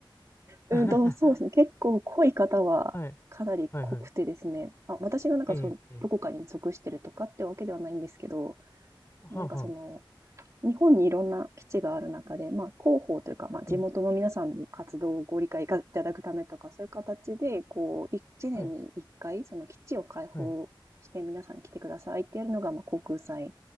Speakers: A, on the right (about 40°); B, on the left (about 30°).
A: うんと、
B: <laughs>
A: そうですね。結構濃い方はかなり濃くてですね。
B: はい。はい、はい。
A: あ、私がなんかその、
B: ええ、ええ
A: どこかに属してるとかってわけではないんですけど、
B: はあ、
A: なんかその、
B: はあ。
A: 日本にいろんな基地がある中で、まあ、広報というか、まあ、地元の皆さんに活動をご理解いただくためとか、
B: ええ、
A: そういう形で、こう、1年に1回、
B: はい、
A: その基地を開放して皆さん来てくださいってやるのが、
B: はい。
A: まあ、航空祭